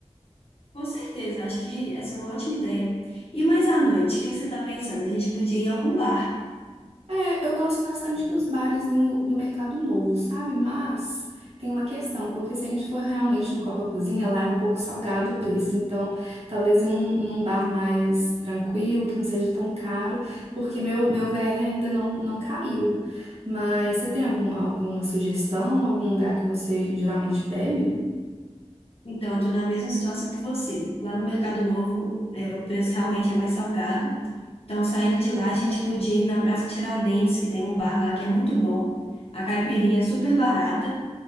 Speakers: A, on the left; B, on the right.
A: Com certeza, acho que essa é uma ótima ideia. E mais à noite, o que que você está pensando? A gente podia ir em algum bar.
B: É, eu gosto bastante dos bares do, do Mercado Novo, sabe? Mas tem uma questão, porque se a gente for realmente no Copa Cozinha, lá é um pouco salgado o preço. Então, talvez ir num, num bar mais tranquilo, que não seja tão caro, porque meu, meu VR ainda não, não caiu. Mas você tem algum, alguma sugestão, algum lugar que você geralmente bebe?
A: Então, eu estou na mesma situação que você. Lá no Mercado Novo, é, o preço realmente é mais salgado. Então, saindo de lá, a gente podia ir na Praça Tiradentes, que tem um bar lá que é muito bom. A caipirinha é super barata